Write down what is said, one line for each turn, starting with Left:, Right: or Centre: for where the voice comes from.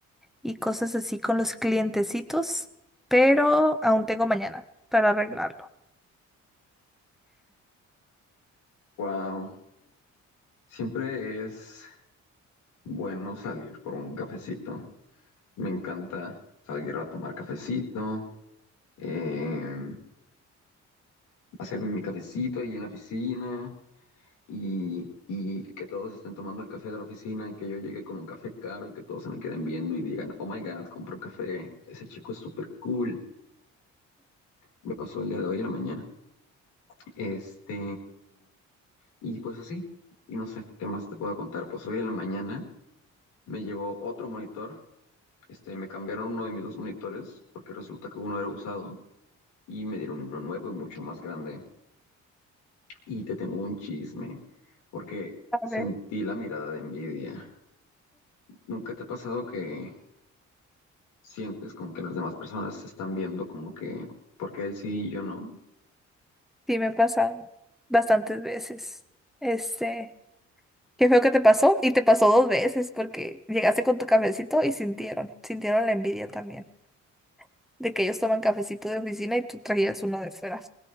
Centre: y cosas así con los clientecitos, pero aún tengo mañana para arreglarlo.
Left: Wow, siempre es bueno salir por un cafecito. Me encanta salir a tomar cafecito, eh, hacerme mi cafecito ahí en la oficina. y, y que todos estén tomando el café de la oficina y que yo llegue con un café caro y que todos se me queden viendo y digan, oh my God, compró café, ese chico es súper cool. Me pasó el día de hoy en la mañana. Este, y pues así, y no sé, ¿qué más te puedo contar? Pues hoy en la mañana me llegó otro monitor, este, me cambiaron uno de mis dos monitores porque resulta que uno era usado y me dieron uno nuevo y mucho más grande. Y te tengo un chisme porque
Centre: A
Left: sentí
Centre: ver,
Left: la mirada de envidia. ¿Nunca te ha pasado que sientes como que las demás personas se están viendo como que, porque él sí y yo no?
Centre: sí me ha pasado bastantes veces. Este, qué feo que te pasó y te pasó dos veces porque llegaste con tu cafecito y sintieron, sintieron la envidia también de que ellos toman cafecito de oficina y tú traías uno de fuera.